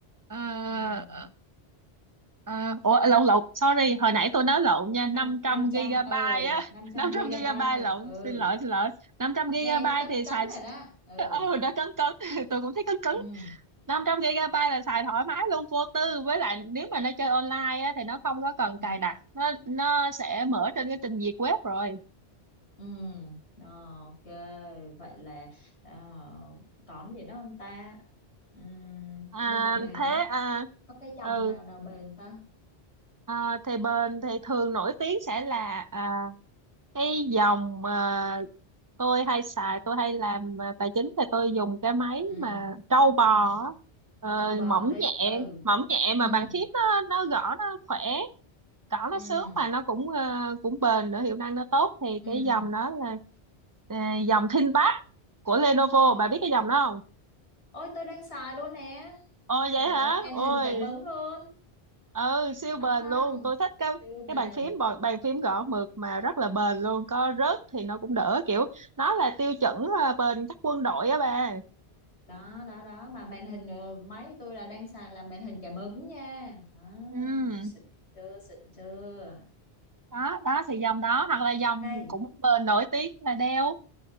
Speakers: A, on the right (about 25°); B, on the left (about 85°).
A: Ờ,
B: ừ.
A: ờ, ờ, ủa lộn lộn, sorry, hồi nãy tôi nói lộn nha,
B: năm
A: 500
B: năm trăm
A: gigabyte
B: ừ
A: á,
B: năm
A: <laughs>
B: trăm
A: năm
B: gigabyte
A: trăm gigabyte lộn,
B: ừ
A: xin lỗi xin lỗi. năm trăm gigabyte
B: nghe nó cấn
A: thì
B: cấn
A: xài
B: rồi đó ừ
A: <laughs> ừ đã cấn cấn, <laughs> tôi cũng thấy cấn cấn.
B: ừ
A: năm trăm gigabyte là xài thoải mái luôn vô tư với lại nếu mà nó chơi online á, thì nó không có cần
B: ừ
A: cài đặt nó nó sẽ mở trên cái trình duyệt web rồi
B: ừ Ờ, ok vậy là uh, còn gì nữa không ta Ừm,
A: à
B: nhưng mà bền
A: thế
B: á
A: à
B: có cái dòng
A: ừ
B: nào nào bền ta
A: Ờ, thì bên thì thường nổi tiếng sẽ là à, cái dòng mà tôi hay xài tôi hay làm à, tài chính thì tôi dùng cái máy
B: ừ
A: mà trâu bò á. Ờ,
B: trâu bò
A: mỏng
B: đi
A: nhẹ
B: ừ
A: mỏng nhẹ
B: ừ
A: mà bàn phím nó nó gõ nó khỏe gõ nó
B: ừ
A: sướng mà nó cũng ờ, cũng bền nữa hiệu năng nó tốt thì
B: ừ
A: cái dòng đó là ờ, dòng ThinkPad của Lenovo
B: ok
A: bà biết cái dòng đó không?
B: ôi tôi đang xài luôn nè
A: Ồ vậy
B: trời
A: hả?
B: ơi, màn
A: Ôi
B: hình cảm ứng luôn
A: ừ siêu
B: đó
A: bền luôn
B: không
A: tôi thích cái
B: siêu bền
A: cái bàn phím bò- bàn phím gõ mượt mà rất là bền luôn có rớt thì nó cũng
B: Ừ.
A: đỡ kiểu nó là tiêu chuẩn à, bền các quân đội á bà
B: đó đó đó mà màn hình ờ, máy tôi là đang xài là màn hình cảm ứng nha đó
A: ừ
B: xịn chưa xịn chưa
A: đó đó thì dòng đó hoặc là dòng
B: này
A: cũng bền nổi tiếng là Dell